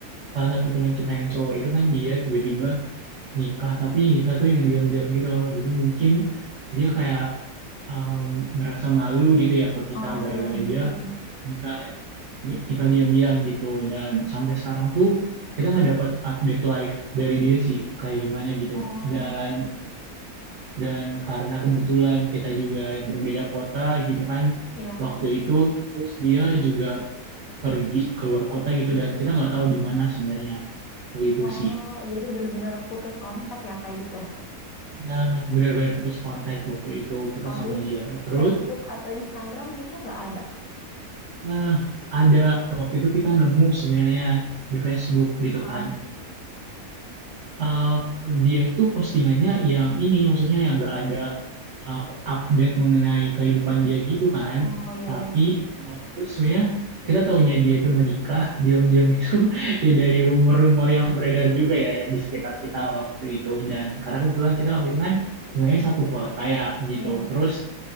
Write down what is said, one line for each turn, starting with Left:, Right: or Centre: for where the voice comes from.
Right: salah satu teman kita yang cowok itu kan dia tiba-tiba nikah tapi nikah tuh yang diam-diam gitu jadi mungkin dia kayak um, ngerasa malu gitu ya ke kita
Left: Oh,
Right: gara-gara
Left: ya mungkin.
Right: dia nikah ni- nikah diam-diam gitu dan sampai sekarang tuh kita nggak dapat update live dari dia sih kayak gimana gitu
Left: Oh,
Right: dan dan karena kebetulan kita juga berbeda kota gitu kan
Left: ya.
Right: waktu itu terus dia juga pergi keluar kota gitu dan kita nggak tahu di mana sebenarnya gitu
Left: Oh,
Right: sih
Left: jadi bener-bener putus kontak ya kayak gitu.
Right: nah benar-benar putus kontak waktu itu kita
Left: Kalau
Right: sama
Left: di
Right: dia terus
Left: Facebook atau Instagram gitu nggak ada.
Right: nah ada waktu itu kita nemu sebenarnya di Facebook gitu
Left: Ah,
Right: kan. Um, dia itu postingannya yang ini, maksudnya yang nggak ada uh, update mengenai kehidupan dia gitu kan.
Left: Oh iya
Right: Tapi
Left: iya
Right: waktu itu sebenarnya kita tahunya dia itu menikah, diam-diam itu <laughs> ya dari rumor-rumor yang beredar juga ya di sekitar kita waktu itu. Dan karena kebetulan kita waktu itu kan tinggalnya satu kota ya gitu.
Left: iya.
Right: Terus